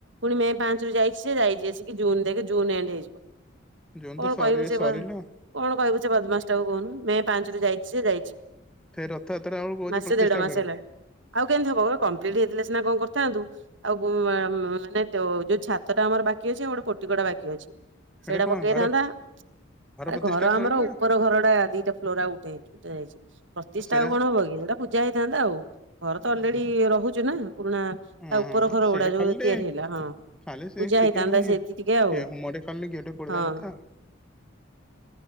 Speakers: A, on the right; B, in the centre.
A: ପୁଣି ମେ ପାଞ୍ଚରୁୁ ଯାଇଛି ସେ ଯାଇଛି ଆସିକି ଜୁନ ଦେଖେ ଜୁନ୍ ଏଣ୍ଡ ହେଇଯିବ।
B: ଜୁନ
A: କଣ
B: ତ ସର
A: କହିବୁ ସେ
B: ସରିଲା ଆଉ।
A: କଣ କହିବୁ ସେ ବଦମାସ ଟାକୁ କହୁନୁ, ମେ ପାଞ୍ଚରୁ ଯାଇଛି ସେ ଯାଇଛି।
B: ଫେର୍ ରଥଯାତ୍ରା ବେଳକୁ କହୁଛି
A: ମାସେ
B: ପ୍ରତିଷ୍ଠା
A: ଦେଢ ମାସ
B: କରିବ।
A: ହେଲାଣି ଆଉ କେମିତି ହବ ଓ କମ୍ପ୍ଲିଟ ହେଇଥିଲେ ସିନା କଣ କରିଥାନ୍ତୁ। ଆଉ ମୁଁ ମ-ମ-ମାନେ ତ ଯୋଉ ଛାତ ଟା ଆମର ବାକି ଅଛି ଆଉ ଗୋଟେ ପୋଟିକଟା ବାକି ଅଛି।
B: ହେଡେ
A: ସେଇଟା
B: କଣ
A: ପକେଇଥାନ୍ତା।
B: ଘର
A: ଆରେ
B: ପ୍ରତିଷ୍ଠା
A: ଘର ଆମର
B: କରିବୁ ନା
A: ଉପର ଘରଟା ଦିଟା ଫ୍ଲୋର ଆଉ ଉଠେଇଚି ଉଠା ଯାଇଛି। ପ୍ରତିଷ୍ଠା
B: ସେରା
A: ଆଉ କଣ ହବ କି ସେଟା ପୂଜା ହେଇଥାନ୍ତା ଆଉ। ଘର ତ ଅଲରେଡି
B: ଓହୋ
A: ରହୁଛୁ ନା ପୁରୁଣା ତା
B: ହଁ
A: ଉପର
B: ହଁ
A: ଘର
B: ସେଇଟା
A: ଗୁଡା ଯୋଉ
B: ଖାଲି ଟେ
A: ତିଆରି ହେଲା ହଁ।
B: ଖାଲି ସେ
A: ପୂଜା
B: ଟିକେ
A: ହେଇଥାନ୍ତା
B: ଖାଲି
A: ସେଠି ଟିକେ ଆଉ
B: ଏ ହୋମଟେ ଖାଲି ଗେଟେ ପଡିବା
A: ହଁ।
B: କଥା ଆଉ